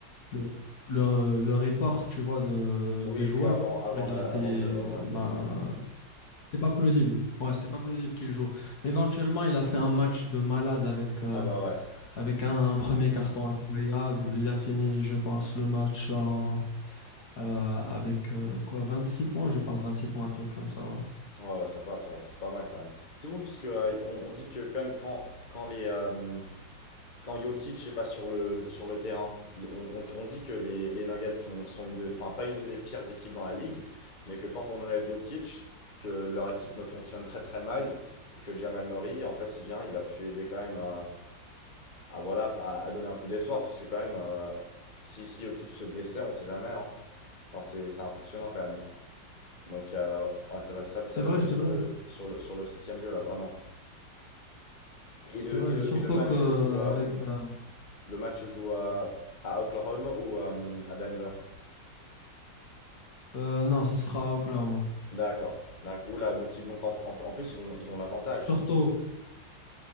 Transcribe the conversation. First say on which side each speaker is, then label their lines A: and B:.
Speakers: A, on the left (about 60°); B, on the left (about 30°).
A: le, le le report, tu vois de
B: Oui,
A: des joueurs,
B: oui, avant, avant
A: il
B: la,
A: était
B: avant
A: euh,
B: le jeu, ouais, ouais.
A: bah, c'était pas plausible. Ouais, c'était pas plausible qu'il joue. Mais éventuellement, il a fait un match de malade avec, euh,
B: Ah bah ouais.
A: avec un, un premier carton incroyable. Il a fini, je pense, le match en, euh, avec euh, quoi, 26 points, je pense, 26 points, un truc comme ça, ouais.
B: Ouais, ouais, sympa, c'est vrai, c'est pas mal quand même. C'est vous parce que euh, on, on dit que quand même quand quand les euh, quand Jokic est pas sur le, le- sur le terrain, il- on, on dit on dit que les, les Nuggets sont, sont une de, enfin pas une des pires équipes dans la ligue, mais que quand on enlève Jokic, que leur équipe ne fonctionne très très mal et que Jamal Murray, en fait, il vient, il a pu aider quand même à, à voilà à, à donner un peu d'espoir parce que quand même euh, si si Jokic se blessait, on sait jamais, hein. Enfin c'est c'est impressionnant quand même. Donc euh, ouais, ça va, ça,
A: C'est
B: ça va
A: vrai,
B: se jouer
A: c'est
B: sur
A: vrai,
B: le, sur le, sur le septième jeu là, vraiment. Et le,
A: c'est vrai.
B: et le,
A: Et Surtout
B: et le match
A: que euh,
B: se joue, à-
A: avec euh,
B: le match se joue à, à Oklahoma ou euh, à Denver?
A: euh, non, ce sera à Oklahoma.
B: D'accord. D'accord. Oula, donc, ils- donc en, en- en plus ils ont, ils ont l'avantage.
A: Surtout,